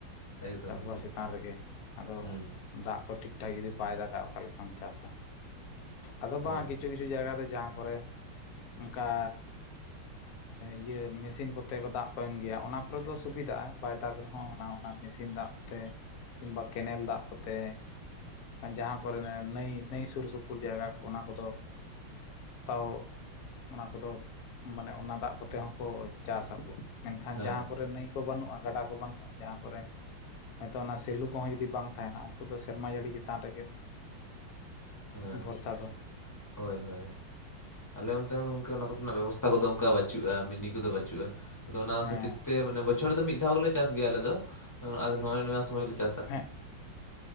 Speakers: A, on the left; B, on the left.
A: ᱮᱠᱫᱚᱢ
B: ᱪᱟᱥᱵᱟᱥ
A: ᱮᱠᱫᱚᱢ
B: ᱪᱮᱛᱟᱱ ᱨᱮᱜᱮ ᱟᱫᱚ
A: ᱦᱩᱸ
B: ᱫᱟᱜ ᱠᱚ ᱴᱷᱤᱠ ᱴᱷᱟᱠ ᱡᱩᱫᱤ ᱵᱟᱭ ᱫᱟᱜᱟ ᱚᱠᱟ ᱞᱮᱠᱟᱢ ᱪᱟᱥᱟ ᱟᱫᱚ ᱵᱟᱝ
A: ᱦᱳᱭ
B: ᱠᱤᱪᱷᱩ ᱠᱤᱪᱷᱩ ᱠᱤᱪᱷᱩ ᱡᱟᱭᱜᱟ ᱫᱚ ᱡᱟᱦᱟᱸ ᱠᱚᱨᱮ ᱚᱱᱠᱟ ᱤᱭᱟᱹ ᱢᱮᱥᱤᱱ ᱠᱚᱛᱮ ᱠᱚ ᱫᱟᱜ ᱠᱚ ᱮᱢ ᱜᱮᱭᱟ ᱚᱱᱟ ᱠᱚᱨᱮ ᱫᱚ ᱥᱩᱵᱤᱫᱟᱜᱼᱟ ᱵᱟᱭ ᱫᱟᱜᱽ ᱨᱮᱦᱚᱸ ᱚᱱᱟ ᱚᱱᱟ ᱢᱮᱥᱤᱱ ᱫᱟᱜ ᱛᱮ ᱠᱤᱝᱵᱟ ᱠᱮᱱᱮᱞ ᱫᱟᱜ ᱠᱚᱛᱮ ᱡᱟᱦᱟᱸ ᱠᱚᱨᱮ ᱱᱟᱹᱭ ᱱᱟᱹᱭ ᱥᱩᱨ ᱥᱩᱯᱩᱨ ᱡᱟᱭᱜᱟ ᱠᱚ ᱚᱱᱟ ᱠᱚᱫᱚ ᱛᱟᱣ ᱚᱱᱟ ᱠᱚᱫᱚ ᱢᱟᱱᱮ ᱚᱱᱟ ᱫᱟᱜ ᱠᱚᱛᱮ ᱦᱚᱸᱠᱚ ᱪᱟᱥ ᱟᱠᱚ ᱢᱮᱱᱠᱷᱟᱱ
A: ᱦᱮᱸ
B: ᱡᱟᱦᱟᱸ ᱠᱚᱨᱮ ᱱᱟᱹᱭ ᱠᱚ ᱵᱟᱹᱱᱩᱜᱼᱟ ᱜᱟᱰᱟ ᱠᱚ ᱵᱟᱹᱱᱩᱜᱼᱟ ᱡᱟᱦᱟᱸ ᱠᱚᱨᱮ ᱦᱚᱳᱭᱛᱳ ᱚᱱᱟ ᱥᱮᱞᱩ ᱠᱚᱦᱚᱸ ᱡᱩᱫᱤ ᱵᱟᱝ ᱛᱟᱦᱮᱱᱟ ᱩᱱᱠᱩ ᱫᱚ ᱥᱮᱨᱢᱟ ᱡᱟᱹᱲᱤ ᱪᱮᱛᱟᱱ ᱨᱮᱜᱮ
A: ᱦᱮᱸ
B: ᱵᱷᱚᱨᱥᱟ ᱫᱚ
A: ᱦᱳᱭ ᱦᱳᱭ ᱟᱞᱮ ᱚᱱᱛᱮ ᱦᱚᱸ ᱚᱱᱟ ᱠᱚᱨᱮᱱᱟᱜ ᱵᱮᱵᱚᱥᱛᱷᱟ ᱠᱚᱫᱚ ᱚᱱᱠᱟ ᱵᱟᱹᱪᱩᱜᱼᱟ ᱢᱤᱱᱤ ᱠᱚᱫᱚ ᱵᱟᱹᱪᱩᱜᱼᱟ ᱟᱫᱚ ᱚᱱᱟ
B: ᱦᱮᱸ
A: ᱠᱷᱟᱹᱛᱤᱨ ᱛᱮ ᱢᱟᱱᱮ ᱵᱚᱪᱷᱚᱨ ᱫᱚ ᱢᱤᱫ ᱫᱷᱟᱣ ᱜᱮᱞᱮ ᱪᱟᱥ ᱜᱮᱭᱟ ᱟᱞᱮ ᱫᱚ ᱱᱚᱜ ᱚᱭ ᱱᱚᱣᱟ ᱥᱚᱢᱚᱭ ᱜᱮᱞᱮ ᱪᱟᱥᱟ
B: ᱦᱮᱸ